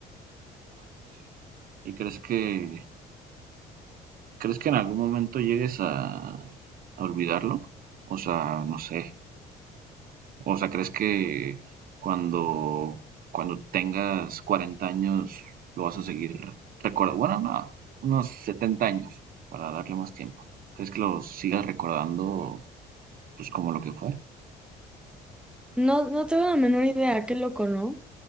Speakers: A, on the right; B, in the centre.
A: Pues Sí. ¿Y crees que crees que en algún momento llegues a, a olvidarlo? O sea, no sé. O sea, ¿crees que cuando cuando tengas 40 años lo vas a seguir recordando? Bueno, no, unos 70 años para darle más tiempo. ¿Crees que lo sigas recordando pues como lo que fue?
B: No, no tengo la menor idea, qué loco, ¿no?